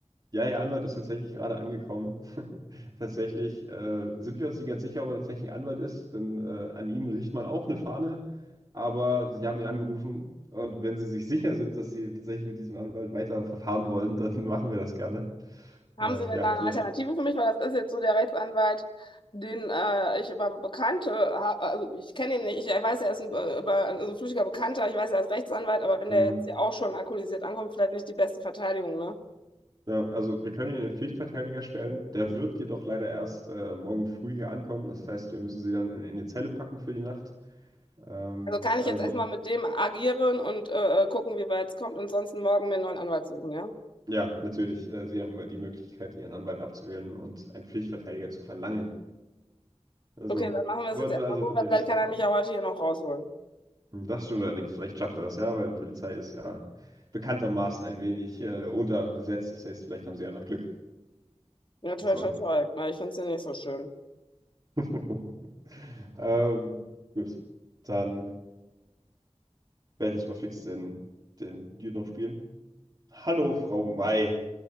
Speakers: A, on the right (about 40°); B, on the left (about 45°).
A: ja, Ihr Anwalt ist tatsächlich gerade angekommen. <laughs> Tatsächlich äh, sind wir uns nicht ganz sicher, ob er tatsächlich ein Anwalt ist, denn äh, an ihm riecht man auch eine Fahne. Aber Sie haben ihn angerufen und wenn Sie sich sicher sind, dass Sie tatsächlich mit diesem Anwalt weiter verfahren wollen, dann <laughs> machen wir das gerne.
B: Haben
A: Äh,
B: Sie denn
A: ja,
B: da eine
A: Sie,
B: Alternative für mich? Weil das ist jetzt so der Rechtsanwalt, den äh, ich über Bekannte, ha- also ich kenne ihn nicht, ich weiß, er ist ein, äh, über, also ein flüchtiger Bekannter, ich weiß, er ist Rechtsanwalt, aber wenn
A: Mhm.
B: der jetzt hier auch schon alkoholisiert ankommt, vielleicht nicht die beste Verteidigung, ne?
A: ja, also wir können Ihnen den Pflichtverteidiger stellen. Der wird jedoch leider erst äh, morgen früh hier ankommen. Das heißt, wir müssen Sie dann in, in die Zelle packen für die Nacht. Ähm,
B: Also kann
A: also,
B: ich jetzt erstmal mit dem agieren und äh, äh, gucken, wie weit es kommt und sonst morgen mir einen neuen Anwalt suchen, ja?
A: ja, natürlich, äh, sie haben immer die Möglichkeit, ihren Anwalt abzuwählen und einen Pflichtverteidiger zu verlangen. Also,
B: Okay, dann machen wir
A: wollen
B: es jetzt erstmal
A: sie also
B: so,
A: mit
B: weil
A: David
B: vielleicht kann
A: was
B: er
A: machen?
B: mich ja heute hier noch rausholen.
A: Hm, Das stimmt allerdings, vielleicht schafft er das ja, weil die Polizei ist ja bekanntermaßen ein wenig äh, unterbesetzt. Das heißt, vielleicht haben sie einfach Glück.
B: Ja, toll,
A: So.
B: toll, toll. Ja, ich finde es ja nicht so schön.
A: <laughs> ähm, gut, dann werde ich jetzt mal fix den, den Dude noch spielen. Hallo, Frau May.